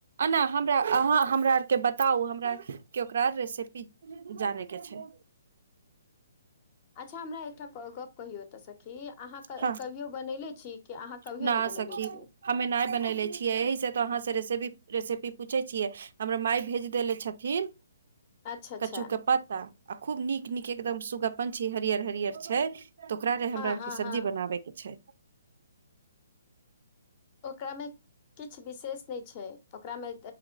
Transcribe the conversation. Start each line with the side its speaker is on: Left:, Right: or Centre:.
Right: एना हमरा अहाँ हमरा आरकेँ बताउ हमरा केँ ओकरा रेसेपी जाने केँ छै
Left: अच्छा हमरा एकटा गप्प कहियौ तऽ सखी अहाँ कहियो
Right: हँ
Left: बनयनेे छी कि अहाँ कहियो
Right: न
Left: नय बनैले
Right: सखी
Left: छी
Right: हमे नै बनेले छियै यही से तो अहाँ से रेसेपी रेसेपी पूछे छियै हमरा माई भेज देेले छथिन
Left: अच्छा अच्छा
Right: कच्चू केँ पत्ता आ खूब नीक नीक एकदम सुगा पंछी हरियर हरियर छै तऽ ओकरा ले
Left: हँ
Right: हमरा आर
Left: हँ
Right: केँ सब्जी
Left: हँ
Right: बनाबे केँ छै
Left: ओकरा मे किछ विशेष नय छै ओकरा मे